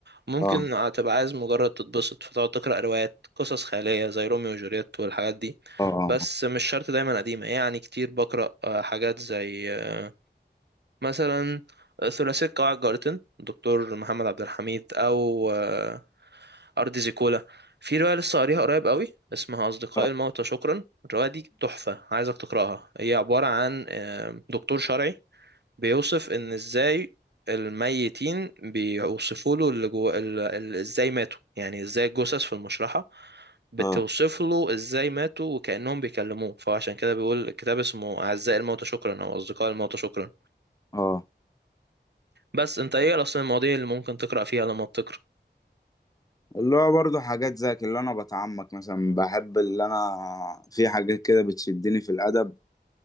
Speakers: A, on the right (about 65°); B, on the left (about 20°).
A: ممكن
B: اه
A: تبقى عايز مجرد تتبسط فتقعد تقرأ روايات قصص خيالية زي روميو وجولييت والحاجات دي
B: اه
A: بس مش شرط دايما قديمة يعني كتير بقرأ آه، حاجات زي آه، مثلا آه، ثلاثية قواعد جارتن دكتور محمد عبد الحميد أو آه، أرض زيكولا في رواية لسه قاريها قريب قوي اسمها أصدقاء
B: اه
A: الموتى شكرا الرواية دي تحفة عايزك تقرأها هي عبارة عن آه، دكتور شرعي بيوصف ان ازاي الميتين بيوصفوا له اللي جوه ال- ال- ازاي ماتوا يعني ازاي الجثث في المشرحة بتوصف
B: اه
A: له ازاي ماتوا وكأنهم بيكلموه فعشان كده بيقول الكتاب اسمه أعزائي الموتى شكرا او أصدقاء الموتى شكرا
B: آه.
A: بس انت ايه اصلا المواضيع اللي ممكن تقرأ فيها لما بتقرأ
B: اللي هو برضه حاجات زي اللي انا بتعمق مثلا بحب اللي انا في حاجات كده بتشدني في الادب